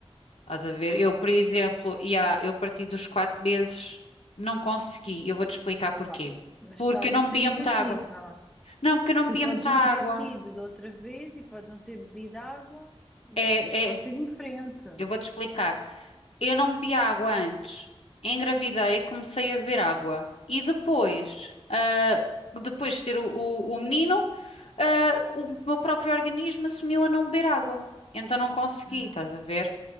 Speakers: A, on the left; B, in the centre.
A: Estás a ver?
B: Ah,
A: Eu, por exemplo,
B: ok.
A: ia, eu parti dos quatro meses, não consegui. Eu vou-te explicar porquê.
B: Ah, pá, mas
A: Porque
B: estás
A: eu não
B: a ser
A: bebia
B: negativa.
A: muita água. Não, porque eu não
B: Tu
A: bebia
B: podes
A: muita
B: não
A: água.
B: ter tido de outra vez e podes não ter bebido água. Desta
A: É,
B: vez
A: é,
B: pode ser diferente.
A: Eu vou-te explicar. Eu não bebi água antes. Engravidei comecei a beber água. E depois, ah, depois de ter o, o- o menino, ah, o meu próprio organismo assumiu a não beber água. Então não consegui,
B: Hum.
A: estás a ver?